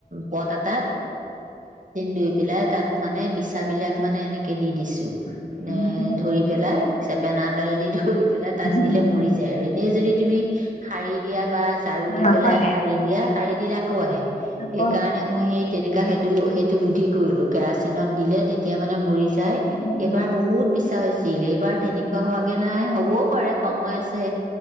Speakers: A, on the right; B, on the left.
A: পট এটাত দুই পেলাই তাত মানে বিছাবিলাক মানে এনেকে দি দিছোঁ। নে
B: উম
A: ধৰি পেলাই, চেপেনা এডাল দি ধুই পেলাই তাত
B: উম
A: দিলে মৰি যায় আৰু এনেই যদি তুমি শাৰী দিয়া বা ঝাৰু দি
B: আকৌ
A: পেলাই
B: আহে
A: শাৰী দিয়া। সাৰি দি <unintelligible> আহে
B: আকৌ
A: সেইকাৰণে
B: আহে
A: মই সেই তেনেকা <unintelligible> সেইটো বুদ্ধি কৰিলো কেৰাচিনত দিলে তেতিয়া মানে মৰি যায়।
B: উম
A: সেইবাৰ বহুত বিচা হৈছিল, এইবাৰ তেনেকুৱা হোৱাগে নাই হ'বও পাৰে সময় আছে।